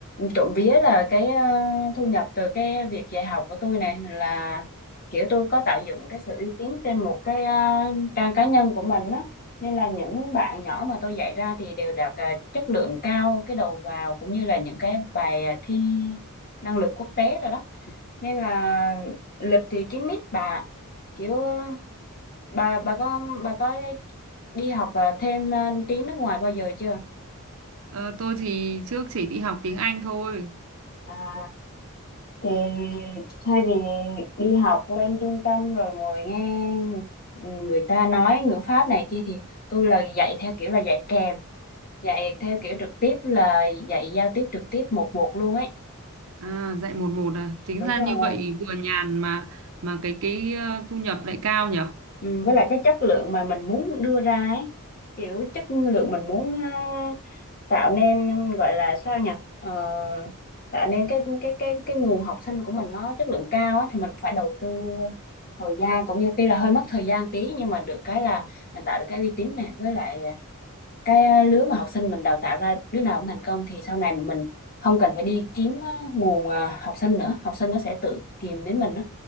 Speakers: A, on the left; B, on the right.
A: trộm vía là cái à, thu nhập từ cái việc dạy học của tôi này là kiểu tôi có tạo dựng cái sự uy tín trên một cái à, trang cá nhân của mình á nên là những bạn nhỏ mà tôi dạy ra thì đều đạt à, chất lượng cao cái đầu vào cũng như là những cái bài à, thi năng lực quốc tế rồi đó nên là lịch thì kín mít bà kiểu ờ, bà bà có bà có đi học ờ, thêm ờ, tiếng nước ngoài bao giờ chưa?
B: Ờ, tôi thì trước chỉ đi học tiếng Anh thôi.
A: À, thì thay vì đi học lên trung tâm rồi ngồi nghe người ta nói ngữ pháp này kia thì tôi là dạy theo kiểu là dạy kèm, dạy theo kiểu trực tiếp là dạy giao tiếp trực tiếp một một luôn ấy.
B: À, dạy một một à. Chính
A: Đúng
B: ra
A: rồi.
B: như vậy vừa nhàn mà mà cái cái ờ, thu nhập lại cao nhở?
A: Ừ, với lại cái chất lượng mà mình muốn đưa ra ấy kiểu chất lượng mình muốn ờ, tạo nên gọi là sao nhỉ Ờ, tạo nên cái cái cái cái nguồn học sinh của mình nó chất lượng cao ấy, thì mình phải đầu tư thời gian cũng như tuy là hơi mất thời gian tí nhưng mà được cái là mình tạo được cái uy tín này với lại cái lứa mà học sinh mình đào tạo ra đứa nào cũng thành công thì sau này mình không cần phải đi kiếm ờ, nguồn ờ, học sinh nữa học sinh nó sẽ tự tìm đến mình đó